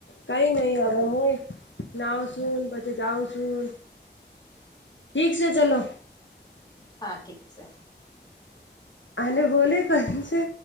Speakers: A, on the left; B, on the left.
A: કઈ નહી હવે હુંય નાઉ છું બછે જાઉં છું ઠીક છે ચાલો
B: હા ઠીક છે
A: અરે બોલે કં છે